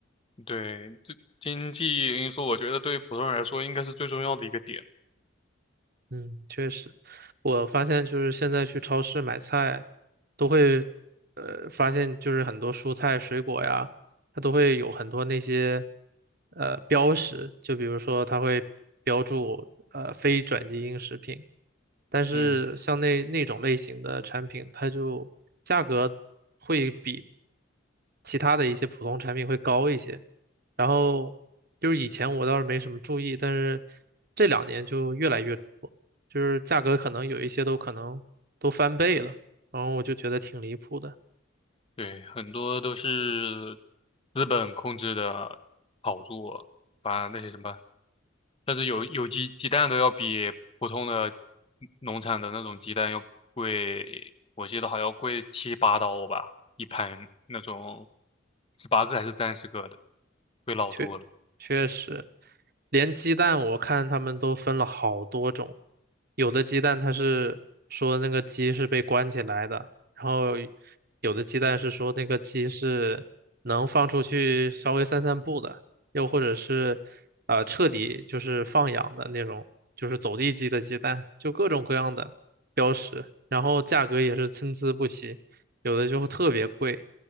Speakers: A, on the left; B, on the right.
A: 对，这经济因素，我觉得对普通人来说应该是最重要的一个点。
B: 嗯，确实，我发现就是现在去超市买菜，都会，呃，发现就是很多蔬菜、水果呀，它都会有很多那些，呃，标识，就比如说它会标注，呃，非转基因食品，但是像那那种类型的产品，
A: 嗯。
B: 它就价格会比其他的一些普通产品会高一些。然后就是以前我倒是没什么注意，但是这两年就越来越多。就是价格可能有一些都可能都翻倍了，然后我就觉得挺离谱的。
A: 对，很多都是资本控制的炒作，把那些什么，甚至有有机鸡蛋都要比普通的农场的那种鸡蛋要贵，我记得好像贵七八刀吧，一盘那种十八个还是三十个的，贵老多了。
B: 确确实，连鸡蛋我看他们都分了好多种，有的鸡蛋它是说那个鸡是被关起来的，然后有的鸡蛋是说那个鸡是能放出去稍微散散步的，又或者是呃彻底就是放养的那种，就是走地鸡的鸡蛋，就各种各样的标识，然后价格也是参差不齐，有的就特别贵。